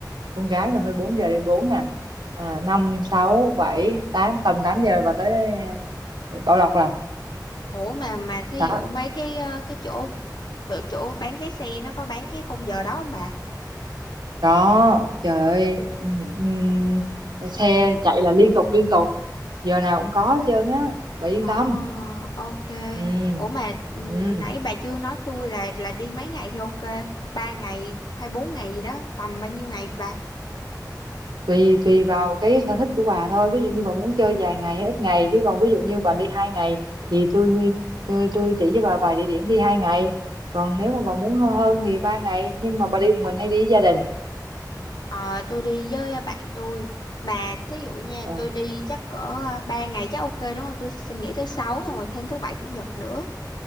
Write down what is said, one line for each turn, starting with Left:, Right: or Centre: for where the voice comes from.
Right: con gái mà thôi bốn giờ đi bốn nè à, năm sáu bảy tám tầm tám giờ bà tới ờ, Bảo Lộc rồi
Left: ủa mà mà thí
Right: đó
Left: dụ mấy cái ờ, cái chỗ bữa chỗ bán vé xe nó có bán cái khung giờ đó không bà
Right: đó trời ơi ừm, ừm, xe chạy là liên tục liên tục giờ nào cũng có hết trơn á bà yên
Left: ờ
Right: tâm
Left: ok
Right: ừ
Left: ủa mà ừm,
Right: ừ
Left: nãy bà chưa nói tôi là là đi mấy ngày thì ok ba ngày hay bốn ngày gì đó tầm bao nhiêu ngày bà
Right: tùy tùy vào cái sở thích của bà thôi ví dụ như bà muốn chơi vài ngày hay ít ngày chứ còn ví dụ như bà đi hai ngày thì tôi tôi, tôi chỉ cho bà vài địa điểm đi hai ngày còn nếu mà bà muốn hơn hơn thì ba ngày nhưng mà bà đi một mình hay đi với gia đình
Left: Ờ, tôi đi với bạn tôi mà thí dụ nha
Right: Ờ,
Left: tôi đi chắc cỡ ờ, 3 ngày chắc ok đúng không tôi xin nghỉ thứ sáu xong rồi thêm thứ bảy chủ nhật nữa